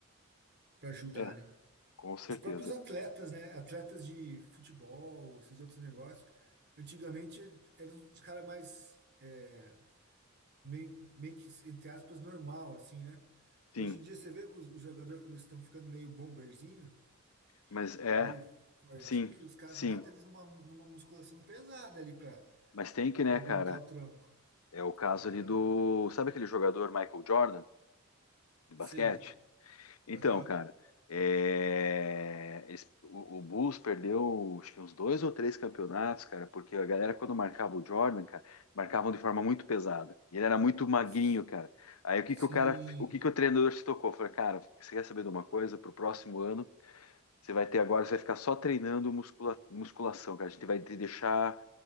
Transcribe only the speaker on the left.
É,
com certeza.
Sim,
mas é,
sim,
sim.
Mas tem que, né,
cara?
É o caso
ali do. Sabe aquele jogador Michael Jordan, de basquete?
Então,
cara, é, eles- o, o Bulls perdeu acho que uns dois ou três campeonatos, cara, porque a galera, quando marcava o Jordan, cara, marcavam de forma muito pesada. E ele era muito magrinho,
cara. Aí o que
que o cara, o que que o treinador se tocou? Falei, cara, você quer saber de uma coisa? Pro próximo ano, você vai ter agora, você vai ficar só treinando muscula- musculação, cara. A gente vai te deixar.